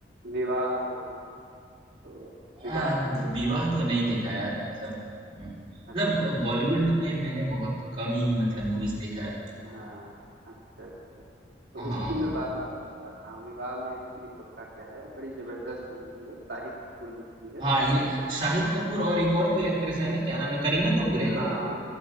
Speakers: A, on the right; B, on the right.
A: विवाह हो गई तो
B: आ,
A: विवाह तो बड़ी
B: विवाह
A: जबरदस्त
B: तो नहीं देखा यार मतलब हम्म, मतलब
A: अच्छा
B: बॉलीवुड में मैंने बहुत कम ही मतलब मूवीज देखा है
A: हाँ अच्छा तो
B: हाँ
A: उसकी मैं बात आपको बताता हूँ विवाह में एक्चुअली होता क्या है बड़ी जबरदस्त मूवी है शाहिद कपूर जी की है
B: हाँ ये शाहिद कपूर और एक और कोई एक्ट्रेस है ना क्या नाम है करीना कपूर है
A: हाँ
B: क्या
A: वो